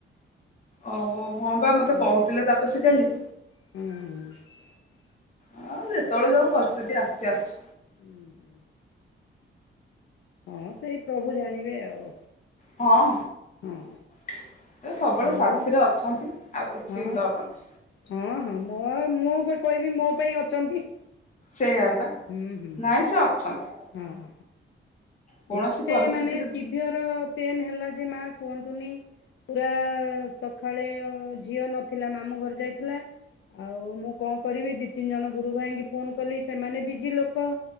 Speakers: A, on the left; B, on the left.
A: ଓହୋ ହଁ ବା ମତେ
B: ହଁ
A: କହୁଥିଲେ ତାପସୀ କାଲି।
B: ହୁଁ।
A: ହଁ ଯେତେବେଳେ ଯୋଉ ପରିସ୍ଥିତି ଆସୁଛି ଆସୁ।
B: ହୁଁ ହଁ ସେଇ ପ୍ରଭୁ ଜାଣିବେ ଆଉ
A: ହଁ।
B: ହଁ।
A: ଏ ସବୁବେଳେ
B: ଆଉ
A: ସାଥିରେ ଅଛନ୍ତି ଆଉ କିଛି
B: ହଁ
A: ଡରନାଇ।
B: ହଁ ହଁ ମୋ ମୁଁ କହିଲି ମୋ ପାଇଁ ଅଛନ୍ତି।
A: ସେଇଆପା।
B: ହୁଁ ହୁଁଁ।
A: ସେ ଅଛନ୍ତି।
B: ହଁ।
A: କୌଣସି
B: ଏତେ
A: ପରିସ୍ଥିତିକୁ
B: ମାନେ ସିଭିଅର ପେନ ହେଲା ଯେ ମା କୁହନ୍ତୁନି। ପୁରା ସକାଳେ ଝିଅ ନଥିଲା ମାମୁଁ ଘର ଯାଇଥିଲା। ଆଉ ମୁଁ କଣ କରିବି ଦି ତିନି ଜଣ ଗୁରୁ ଭାଇଙ୍କି ଫୋନ କଲି ସେମାନେ ବିଜି ଲୋକ।